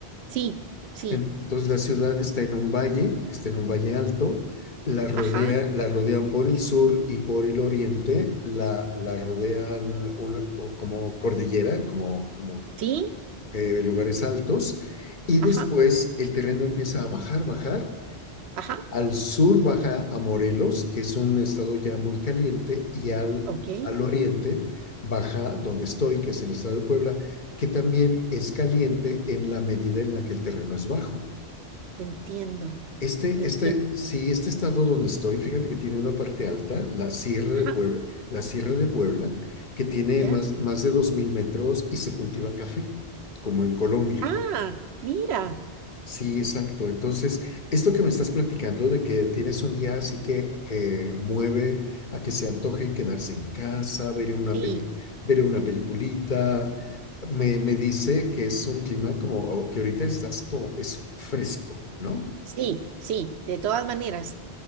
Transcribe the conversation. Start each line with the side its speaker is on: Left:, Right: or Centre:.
Right: Sí, sí,
Left: En- Entonces la ciudad está en un valle, está en un valle alto, la rodea,
Right: ajá,
Left: la rodean por el sur y por el oriente, la, la rodean una co- como cordillera, como, como
Right: sí,
Left: eh, lugares altos, y
Right: ajá,
Left: después el terreno empieza a bajar, bajar,
Right: ajá,
Left: al sur baja a Morelos, que es un estado ya muy caliente, y al,
Right: ok.
Left: al oriente baja donde estoy, que es el estado de Puebla, que también es caliente en la medida en la que el terreno es bajo.
Right: Entiendo,
Left: Este,
Right: entiendo.
Left: este, sí, este estado donde estoy, fíjate que tiene una parte alta, la Sierra de
Right: Ajá,
Left: Puebla, la Sierra de Puebla que tiene
Right: ya.
Left: más, más de 2.000 metros y se cultiva café, como en Colombia.
Right: Ah, mira.
Left: Sí, exacto. Entonces, esto que me estás platicando de que tienes un día así que, que mueve a que se antoje quedarse en casa, ver una
Right: Sí.
Left: peli, ver una peliculita, me, me dice que es un clima como o que ahorita estás como, es fresco, ¿no?
Right: Sí, sí, de todas maneras.